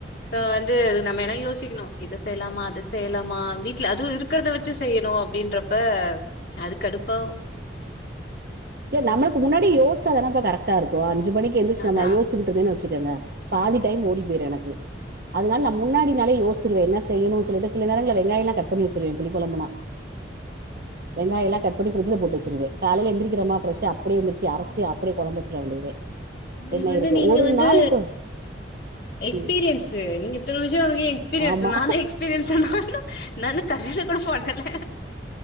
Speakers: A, on the left (about 55°); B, on the right (about 55°).
A: சோ வந்து நம்ம என்ன யோசிக்கணு இத செய்யலாமா அத செய்யலாமா வீட் ல அதுவு இருக்கிறத வச்சு செய்யணு அப்டின்றப்ப அதுக்கடுப்பாகு
B: இல்ல நம்மளுக்கு முன்னாடி யோசிச்சா தானப்பா கரெக்டா இருக்கு அஞ்சி மணிக்கு எந்திச்ட்டு
A: அதா
B: நம்ம யோசி ச்சிகிட்டு இருந்தேன்னு வச்சுக்கங்க பாதி டைம் ஓடி போயிரு எனக்கு அதனால நா முன்னாடி நாளே யோசி சிருவே என்ன செய்யணு சொல்ட்டு சில நேரங்கள்ல வெங்காயல்லா கட் பண்ணி வச்சிருருவே புளிகொழம்புனா வெங்காயல்லா கட் பண்ணி ஃப்ரிட்ஜ்ல போட்டு வச் சிருவே காலேல எந்திரிக்கிறமா ஃப்ரெஷ்ஷா அப்டியே எந்திரிச்சி அரச்சி அப்டியே கொழம்பு வச்சிட வேண்டியதே
A: ஒங்களுக்கு
B: என்ன
A: வந்து
B: இருக்கு
A: நீங்க
B: ஒரு
A: வந்து
B: நாளுக்கு
A: எக்ஸ்பீரியன்ஸ்
B: ம்
A: நீங்க இத்தன வருசோ ஒங்களுக்கு எக்ஸ்பீரியன்ஸ்
B: ஆமா
A: நானு எக்ஸ்பீரியன்ஸ் ஆனா நா இன்னு கல்யாணோ கூட பண்ணல